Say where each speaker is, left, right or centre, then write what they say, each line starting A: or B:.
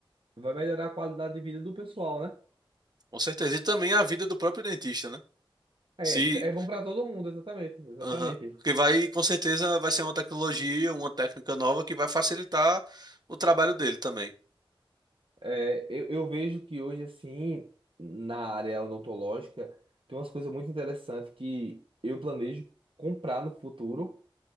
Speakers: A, on the right (about 70°); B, on the right (about 50°).
A: vai melhorar a qualidade de vida do pessoal, né?
B: com certeza. E também a vida do próprio dentista, né?
A: É,
B: Se,
A: é bom para todo mundo, exatamente, exatamente.
B: aham, porque vai, com certeza, vai ser uma tecnologia, uma técnica nova que vai facilitar o trabalho dele também.
A: É, eu, eu vejo que hoje, assim, na área odontológica, tem umas coisas muito interessantes que eu planejo comprar no futuro.